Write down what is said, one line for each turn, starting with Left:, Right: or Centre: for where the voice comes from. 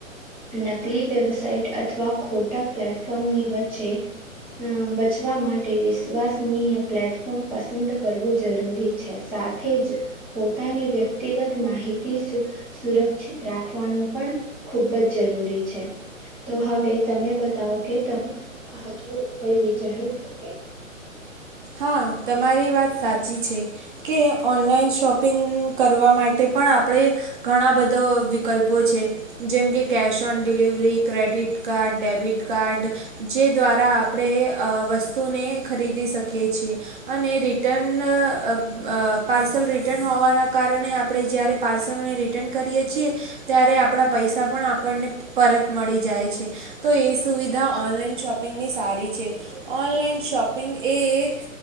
Centre: નકલી વેબસઇટ અથવા ખોટા પ્લેટફોર્મની વચ્ચે અ બચવા માટે વિશ્વાસનીય પ્લેટફોર્મ પસંદ કરવું જરૂરી છે. સાથે જ પોતાની વ્ય ક્તિગત માહિતી સુરક્ષિત રાખવાનું પણ ખુબ જ. જરૂરી છે. તો હવે તમે બતાવો કે તમે હજુ કઈ વિચારો છો કે?
Right: હા તમારી વાત સાચ ચી છે કે ઓનલાઈન શોપિંગ કરવા માટે પણ આપણે ઘણા બધો વિકલ્પો છે. જેમ કે cash on delivery, credit card, debit card જે દ્વારા આપણે અ વસ્તુને ખરીદી શક કીએ છીએ. અને રિટન અ અ પાર્સલ રિટર્ન હોવાના કારણે આપણે જ્યારે પાર્સલને રિટર્ન કરીએ છીએ ત્યારે આપણા પૈસા પણ આપણને પરત મળી જાય છે. તો એ સુવિધા ઓનલાઈન શોપિંગની સારી છે. ઓનલાઈન શોપિંગ એ